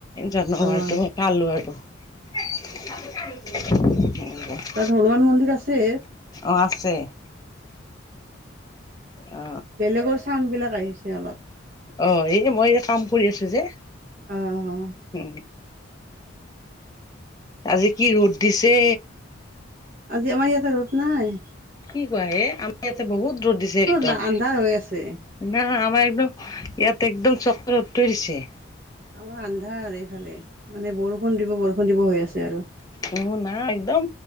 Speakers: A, on the left; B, on the right.
A: জন্মবাৰটো
B: অ', অ',
A: মই পালোঁ আৰু। <inaudible>
B: তাত হনুমান মন্দিৰ আছে?
A: অ' আছে। অ
B: বেলেগৰ চাউণ্ডবিলাক আহিছে অলপ।
A: অঁ' এইটো মই এ কাম কৰি আছো যে।
B: অঁ অঁ।
A: উম। আজি কি ৰ'দ দিছে?
B: আজি আমাৰ ইয়াতে ৰ'দ নাই।
A: কি কোৱা হে আমাৰ ইয়াতে বহুত ৰদ দিছে একদম।
B: নাই আন্ধাৰ হৈ আছে
A: না, আমাৰ একদম ইয়াত একদম চক্ৰ ৰ'দটোৱে দিছে।
B: আমাৰ আন্ধা এইফালে, মানে বৰষুণ দিব বৰষুণ দিব হৈ আছে আৰু।
A: উম' নাই একদম